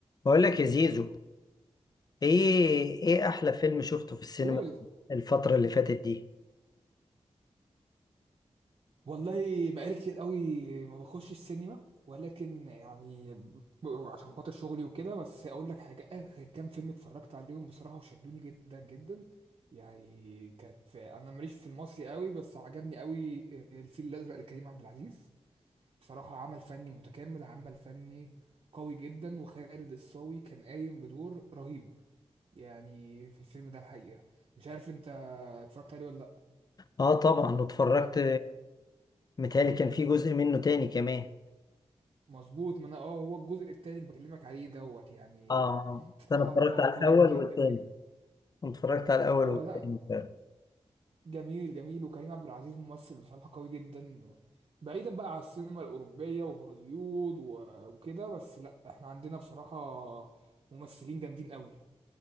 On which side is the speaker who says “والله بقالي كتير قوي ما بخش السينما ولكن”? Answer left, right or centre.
Right